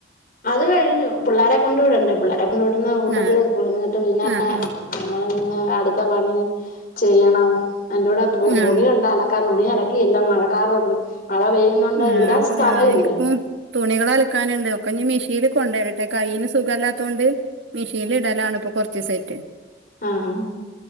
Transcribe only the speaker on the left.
അത് കഴിഞ്ഞു പിള്ളേരെ കൊണ്ട് വിടണ്ടേ പിള്ളേരെെ കൊണ്ട് വിടുന്ന കൂട്ടത്തി
കുളിഞ്ഞിട്ട് പിന്നെ.
നമ്മൾ പിന്നെ അടുത്ത പണി ചെയ്യണം അന്റെ കൂടെ തു
തുണി ഉണ്ട് അല ക്കാൻ തുണി അലക്കിഇല്ല മഴക്കറും വന്നു മഴ പെയ്യുന്നുണ്ട്
ഇടാൻ സ്ഥലം
ഇല്ലേ.
ആഹ